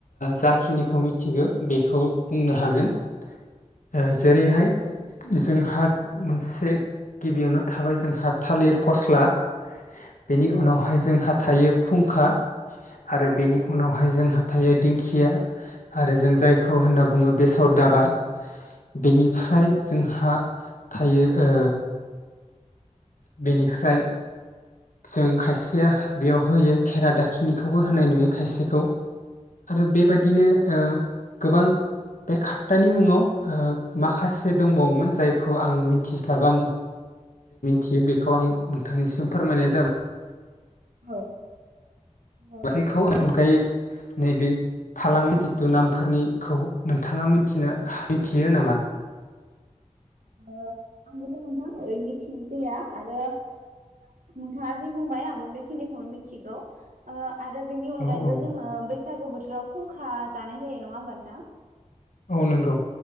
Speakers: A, on the left; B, on the right.
A: जाखिनिखौ
B: औ
A: मिथिगौ बेखौ बुंनो हागोन ओ जेरैहाय जोंहा मोनसे गिबियावनो थाबाय जोंहा थालिर फस्ला बेनि उनावहाय जोंहा थायो फुंखा आरो बेनि उनावहाय जोंहा थायो दिंखिया आरो जों जायखौ होनना बुङो बेसर दाबा बेनिफ्राय जोंहा थायो ओ बेनिफ्राय जों खायसेया बेयाव होयो खेरा दाखिनिखौ खौबो होनाय नुयो खायसेखौ आरो बे बेबायदिनो गोबां बे खातथानि मुङाव माखासे दंबावोमोन जायखौ आं मिथिस्लाबा थि बेखौ आं नोंथांनिसिम फोरमायनाय जाबाय
B: औ औ
A: बसिखौ <unintelligible> नैबे थालांङि जिथु नामफोरनिखौ नोंथाङा मिथिनो थियो नामा?
B: ओ आंबोथ' नोंथां ओरै मिथिनाय जाया आरो नोंथांङा जि बुंबाय आंबो बेखिनिखौनो मिथिगौ ओ आरो बेनि अनगायैबो
A: औ औ
B: जोंङो बै बैसागु बोथोराव खुंखा जानाय जायो नङा होमबा नोंथां
A: औ नंगौ।